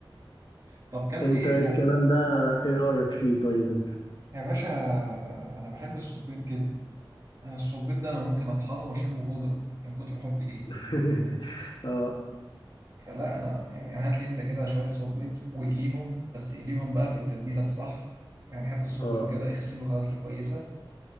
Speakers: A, on the right; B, on the left.
A: طب كلت
B: انت
A: ايه
B: الكلام
A: يعني
B: ده ايه رأيك فيه طيب انت
A: يا باشا انا بحب السبيط جدا انا السبيط ده انا ممكن اطحنه واشمه بودره من كتر حبي ليه
B: <laughs> اه
A: فلا انا يعني هات لي انت كده شويه سبيط واقليهم بس قليهم بقى في التتبيله الصح يعني هات السبيط
B: اه
A: كده اغسله غسله كويسه